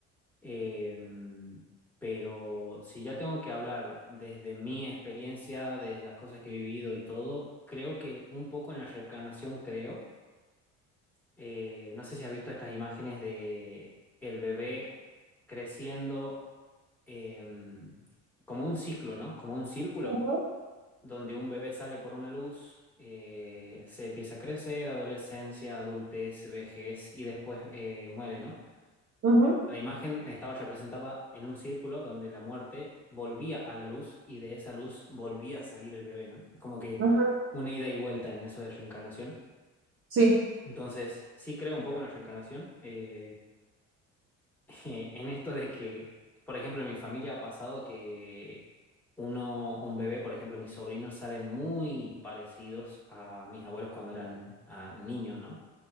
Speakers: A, in the centre; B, on the right.
A: Eh, pero si ya tengo que hablar desde mi experiencia, desde las cosas que he vivido y todo, creo que un poco en la reencarnación creo. Eh, no sé si has visto estas imágenes de el bebé creciendo eh, como un ciclo, ¿no? Como un círculo
B: ujú,
A: donde un bebé sale por una luz, eh, se empieza a crecer, adolescencia, adultez, vejez y después eh, muere, ¿no?
B: ujú,
A: La imagen estaba representada en un círculo donde la muerte volvía a la luz y de esa luz volvía a salir el bebé, ¿no? Es como que
B: ujú.
A: una ida y vuelta en eso de reencarnación.
B: Sí.
A: Entonces, sí creo un poco en la reencarnación. eh, eh, en esto de que, por ejemplo, en mi familia ha pasado que uno, un bebé, por ejemplo, mis sobrinos salen muy parecidos a mis abuelos cuando eran ah, niños, ¿no?